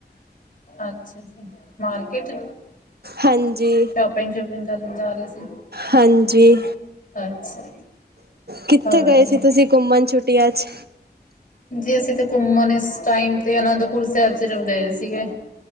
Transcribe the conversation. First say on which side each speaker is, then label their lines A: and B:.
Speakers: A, on the left; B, on the right.
A: ਅੱਛਾ ਜੀ, ਮਾਰਕਿਟ?
B: ਹਾਂਜੀ
A: ਸ਼ੋਪਿੰਗ ਸ਼ੂਪਿੰਗ ਕਰਨ ਜਾ ਰਹੇ ਸੀ।
B: ਹਾਂਜੀ
A: ਅੱਛਾ।
B: ਕਿੱਥੇ
A: ਹੋਰ
B: ਗਏ
A: ਜੀ
B: ਸੀ। ਤੁਸੀਂ ਘੁੰਮਣ ਛੁੱਟੀਆਂ ਚ?
A: ਜੀ, ਅਸੀਂ ਤੇ ਘੁੰਮਣ ਇਸ ਟਾਈਮ ਤੇ ਅਨੰਦਪੁਰ ਸਾਹਿਬ ਸਿਰਫ ਗਏ ਸੀਗੇ।